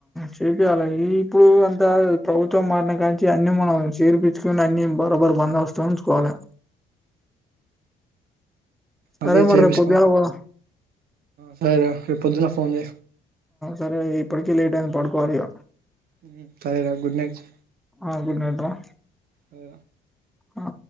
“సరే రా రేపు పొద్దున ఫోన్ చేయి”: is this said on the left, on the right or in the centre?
Right